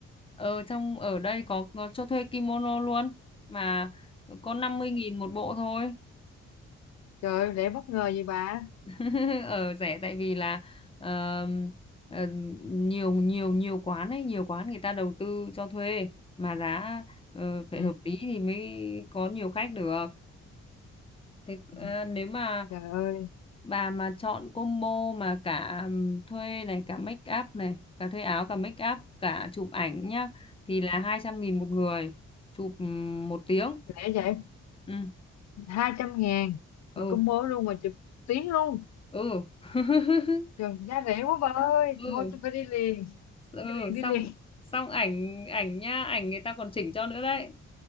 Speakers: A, on the left; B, on the left.
A: ở trong ở đây có, có cho thuê kimono luôn mà có năm mươi nghìn một bộ thôi
B: Trời ơi, rẻ bất ngờ vậy bà.
A: <laughs> ở rẻ tại vì là ờ, ờ, nhiều nhiều nhiều quán ấy nhiều quán người ta đầu tư cho thuê mà giá ờ, phải
B: Ừ,
A: hợp lý thì mới có nhiều khách được thế
B: ừ,
A: ờ, nếu mà
B: trời ơi,
A: bà mà chọn combo mà cả ừm, thuê này cả make up này cả thuê áo cả make up cả chụp ảnh nhá thì là hai trăm nghìn một người chụp ừm, một tiếng
B: rẻ vậy,
A: ừ
B: Hai trăm ngàn mà
A: ừ
B: combo luôn mà chụp tiếng luôn.
A: ừ <laughs>
B: Trời, giá rẻ quá bà ơi,
A: ừ
B: thôi tôi phải đi liền,
A: ừ
B: đi liền, đi
A: xong
B: liền.
A: xong ảnh ảnh nha ảnh người ta còn chỉnh cho nữa đấy